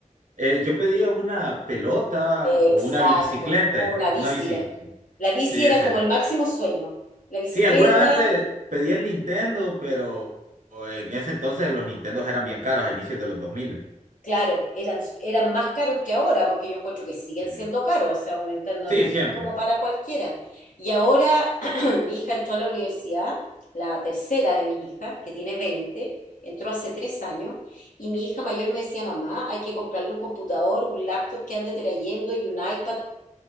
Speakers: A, on the right; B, on the left.
A: Eh, yo pedía una pelota
B: Exacto,
A: o una bicicleta,
B: o una bici.
A: una bici.
B: La,
A: Sí,
B: la bici
A: sí,
B: era
A: ese.
B: como el máximo sueño. La bicicleta,
A: Sí, alguna vez pe- pedí el Nintendo, pero en ese entonces los Nintendos eran bien caros a inicios de los 2000.
B: Claro, eran, eran más caros que ahora, porque yo encuentro que siguen
A: Eh,
B: siendo caros, o sea, un Nintendo
A: Sí,
B: no
A: siempre.
B: es como para cualquiera. Y ahora <clears throat> mi hija entró a la universidad, la tercera de mis hijas, que tiene 20, entró hace tres años, y mi hija mayor me decía, mamá, hay que comprarle un computador, un laptop que ande trayendo y un iPad